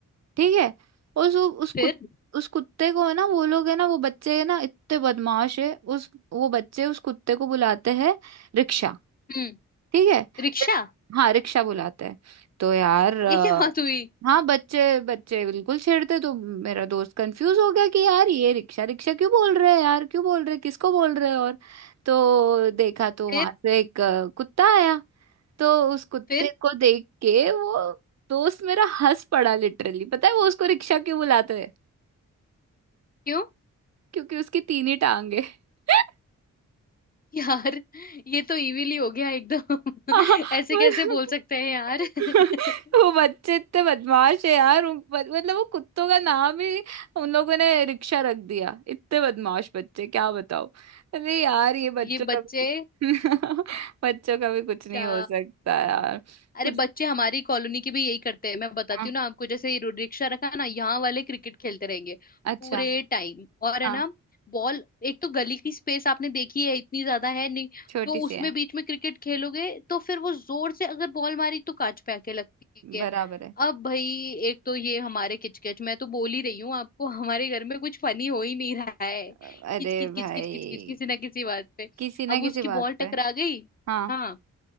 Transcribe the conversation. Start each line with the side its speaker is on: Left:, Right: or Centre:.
Right: ठीक है उस उस कुत,
Left: फिर
Right: उस कुत्ते को है ना वो लोग है ना वो बच्चे है ना इतने बदमाश है उस वो बच्चे उस कुत्ते को बुलाते हैं रिक्शा
Left: हम्म
Right: ठीक है
Left: रिक्शा
Right: रिक- हाँ रिक्शा बुलाते हैं तो यार अ,
Left: ये क्या बात हुई
Right: हाँ बच्चे बच्चे बिल्कुल छेड़ते तो मेरा दोस्त कंफ्यूज हो गया कि यार ये रिक्शा रिक्शा क्यों बोल रहे हैं यार क्यों बोल रहे हैं किसको बोल रहे हैं और तो देखा तो
Left: फिर
Right: वहां से एक अ, कुत्ता आया तो उस कुत्ते
Left: फिर
Right: को देख के वो दोस्त मेरा हंस पड़ा लिटरली पता है वो उसको रिक्शा क्यों बुलाता है
Left: क्यों
Right: क्योंकि उसकी तीन ही टांग है <laughs>
Left: यार ये तो इविल ही हो गया एकदम
Right: हाँ,
Left: <laughs> ऐसे
Right: पर-
Left: कैसे बोल सकते हैं यार
Right: <laughs>
Left: <laughs>
Right: वो बच्चे इतने बदमाश है यार उन- मतलब वो कुत्तों का नाम ही उन लोगों ने रिक्शा रख दिया इतने बदमाश बच्चे क्या बताओ अरे यार ये
Left: ये
Right: बच्चों
Left: बच्चे
Right: का भी <laughs> बच्चों का भी कुछ नहीं
Left: क्या
Right: हो सकता यार
Left: अरे
Right: कुछ
Left: बच्चे हमारी कॉलोनी के भी यही करते हैं मैं बताती
Right: हाँ,
Left: हूँ ना आपको जैसे ये रिक्शा रखा है ना यहाँ वाले क्रिकेट खेलते रहेंगे
Right: अच्छा
Left: पूरे टाइम और है
Right: हाँ
Left: ना बॉल एक तो गली की स्पेस आपने देखी है इतनी ज्यादा है नहीं
Right: छोटी
Left: तो
Right: सी
Left: उसमें
Right: है
Left: बीच में क्रिकेट खेलोगे तो फिर वो जोर से अगर बॉल मारी तो कांच पे आके लगती है
Right: बराबर है
Left: अब भाई एक तो ये हमारे किचकिच मैं तो बोल ही रही हूँ आपको हमारे घर में कुछ फनी हो ही नहीं रहा है
Right: अरे
Left: किचकिच
Right: भाई
Left: किचकिच किचकिच किसी ना किसी बात पे
Right: किसी ना
Left: अब
Right: किसी
Left: उसकी
Right: बात
Left: बॉल
Right: पे
Left: टकरा गई
Right: हाँ
Left: हाँ